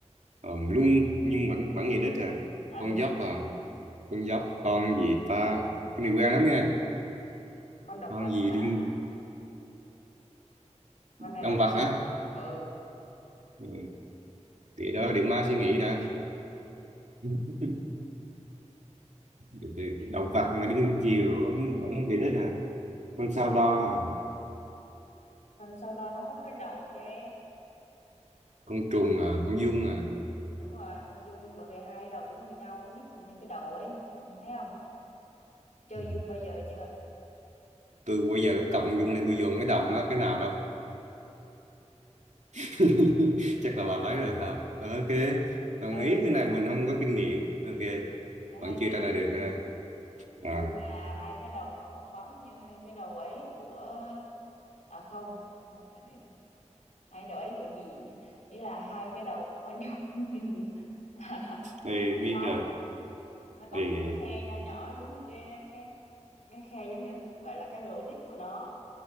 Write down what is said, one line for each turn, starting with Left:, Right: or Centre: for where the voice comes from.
Right: ồm luôn nhưng vẫn vẫn về đích à?
Left: À,
Right: Con
Left: ừ.
Right: dốc à? Con dốc, con gì ta? Cái này quen lắm nha.
Left: Con động
Right: Con
Left: vật
Right: gì
Left: má.
Right: đi
Left: Con này
Right: động
Left: là con
Right: vật hả?
Left: động vật. Ừ.
Right: Ừ, để đó để mai suy nghĩ đã. <laughs> Từ từ, Động vật mà đi ngược chiều vẫn vẫn về đích à? Con sao đo à?
Left: Con sau đó nó có cái đầu tê.
Right: Con trùng à? Con giun à?
Left: Đúng rồi, con Dung, bởi vì hai đầu nó như nhau, cái nít cũng như cái đầu ấy, ông thấy không? Chơi
Right: Ừ.
Left: Dung bao giờ chưa?
Right: tôi bây giờ cái cầm con Dung lên tôi dồn cái đầu nó cái nào đâu <laughs> chắc là bà thấy rồi hả ok đồng
Left: Tôi
Right: ý cái này mình không có kinh nghiệm ok
Left: tôi
Right: vẫn
Left: hay
Right: chưa
Left: chơi
Right: trả lời
Left: Dung.
Right: được ha à
Left: Dung là hai cái đầu nó bong bóng như hai cái đầu ấy của à không, ờ, để- hai đầu ấy của gì? nhỉ? Ý là hai cái đầu của con Dung <laughs> là
Right: Ê,
Left: bong
Right: biết
Left: bóng,
Right: rồi
Left: nó có một
Right: Ê,
Left: cái
Right: ê,
Left: khe nho nhỏ giống như cái cái cái khe giống như gọi là cái rô đít của nó.